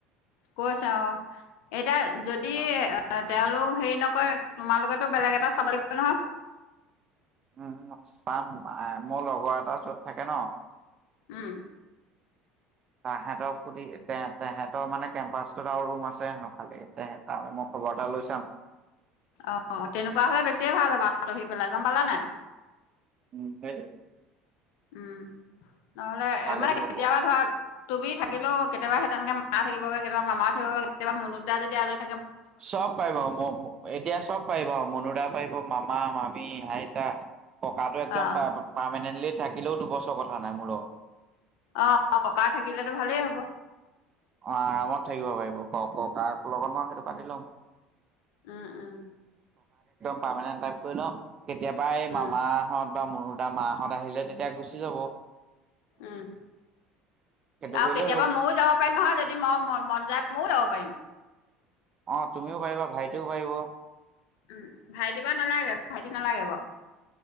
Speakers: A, on the left (about 70°); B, on the right (about 40°).
A: কৈছ অ, এতিয়া যদি
B: অ
A: আহ তেওঁলোক হে নেকয় তোমালোকেতো বেলেগ এটা চাব লাগিব নহয়।
B: উম, চাম মোৰ লগৰ এটাৰ যত থাকে ন।
A: উম।
B: <inaudible> তাহাঁতৰ ফুতে তহাঁতৰ মানে কেম্পাচটোত আৰু ৰুম আছে ন খালি তৈ মই কোৱাটাৰলৈ চাম।
A: অ' তেনেকুৱা হ'লে বেছিয়ে ভাল হ'বা আতহি পেলাই গ'ম পালা নাই
B: উম, খটো।
A: উম, নহ'লে
B: ভালেই
A: মানে কেতিয়াবা
B: হ'ব
A: ধৰা তুমি থাকে। থিলেও কেয়াবা স তেনেকে মা থাকগে কেতিয়াবা মাাকিব কেতিাবানুদা যেতি আ
B: চব পাইব এতিয়া চব পাৰিব মনুৰা পাৰিব মাম মামি আইতা, ককাটো একদম
A: অ',
B: প-পাৰেন্টলি থাকিলেও দুবছৰ কথা নাই মোৰৰ লগত।
A: অ' ককা থাকিলেতো ভালেই হ'ব।
B: অ' আৰামত থাকিব পাৰিব ক ক কাক লগত মই সেইটো পাতি লওক।
A: উম, উম।
B: পাৰমানেন্ট টাইপ কৰি লও কেতিয়াবা এই মামাহঁত
A: উম,
B: বা মোৰো দা মাহঁত আহিলে তেতিয়া গুচি যাব।
A: উম।
B: সেইটো
A: আৰু
B: কৰিলেই
A: কেতিয়াবা
B: হ'ল
A: ময়ো যাব পাৰিম নহয়। যদি মই মন যায় ময়ো যাব পাৰিম।
B: অ' তুমিও পাৰিবা ভাইটিও পাৰিব।
A: উম, ভাইটি বা নালাগে ভাইটি নালাগে বাৰু।